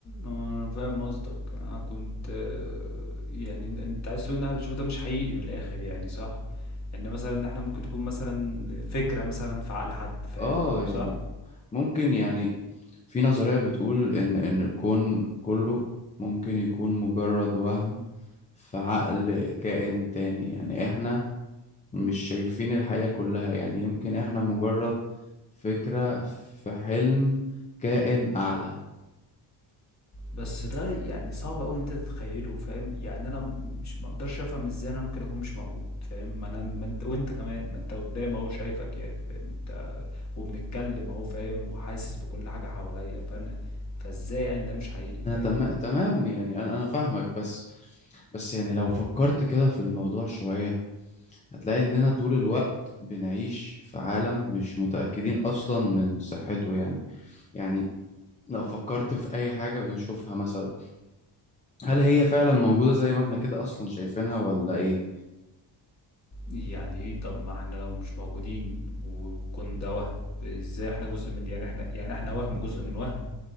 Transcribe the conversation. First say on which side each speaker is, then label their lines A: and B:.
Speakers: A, on the left (about 35°); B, on the left (about 15°).
A: انا فاهم قصدك انا كنت آه، يعني إن- انت عايز تقول ان احنا بنشوف ده مش حقيقي من الاخر يعني صح ان مثلا ان احنا ممكن تكون مثلا فكرة مثلا في عقل حد فاهم
B: اه يعني
A: صح
B: ممكن يعني في نظرية بتقول إن إن الكون كله ممكن يكون مجرد وهم في عقل كائن تاني يعني احنا مش شايفين الحياة كلها يعني يمكن احنا مجرد فكرة في حلم كائن أعلى
A: بس ده يعني صعب قوي ان انت تتخيله فاهم يعني انا مش مقدرش افهم ازاي انا ممكن اكون مش موجود فاهم ما انا
B: مم.
A: ما انت وانت كمان ما انت قدام اهو شايفك يعني يعني انت وبنتكلم اهو فاهم وحاسس بكل حاجة حواليا فانا فازاي يعني ده مش حقيقي
B: انا
A: فاهم
B: تم... تمام يعني انا انا فاهمك بس بس يعني لو فكرت كده في الموضوع شوية هتلاقي اننا طول الوقت بنعيش في عالم مش متأكدين اصلا من صحته يعني يعني لو فكرت في اي حاجة بنشوفها مثلا هل هي فعلا موجودة زي ما احنا كده اصلا شايفينها ولا ايه
A: يعني ايه طب ما احنا لو مش موجودين والكون ده وهم ازاي احنا جزء من يعني احنا يعني احنا وهم جزء من وهم